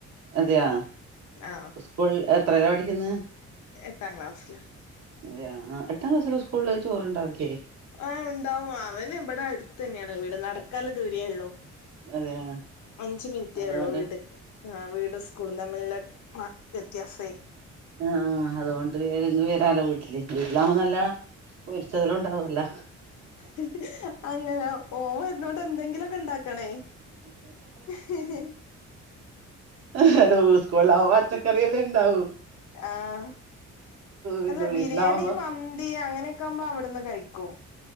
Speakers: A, on the right; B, on the left.
A: അതെയോ
B: ആ
A: സ്ക്കൂൾ എത്രല്ല പഠിക്കുന്നേ
B: എട്ടാം ക്ലാസ്സില്
A: അതെ യ അ എട്ടാം ക്ലാസ്സില് സ്കൂളില് ചോറു ണ്ടാവില്ലേ
B: ആ് ഉണ്ടാവും അവൻ ഇവിടെ അടു തന്നെയാ വീട് നടക്കാള്ള ദൂരേള്ളൂ
A: അതെയാ
B: അഞ്ചു മിനിറ്റേ
A: അതുകൊണ്ട്
B: ള്ളൂ വീട്ട്ക്ക് ആ വീട് സ്കൂളും തമ്മിൽ ള്ള ആ വത്യാസായി
A: ആ ആ് അതോണ്ട് ന്ന് വരാലോ വീട്ടിലേക്ക് വീട്ടിലാവുമ്പോ നല്ല പ്പൊര്ച്ച് ചിലോം ഉണ്ടാവൂല്ല
B: ഹ് ഹ് ഹ് അങ്ങനെവും ഓ വര്ന്നോണ്ട് ന്തെങ്കിലൊക്കെ ണ്ടാക്കണേ ഹ് ഹ്
A: ഹ് ഊസ്കോളാവുമ്പോ പച്ചക്കറിയെല്ലോം ണ്ടാവും
B: ആഹ
A: പിന്നെ
B: അല്ല
A: വീട്ടിലാവുമ്പോ
B: ബിരിയാണി മന്തി അങ്ങനെ ക്കാവുമ്പോ അവിട്ന്ന് കഴിക്കും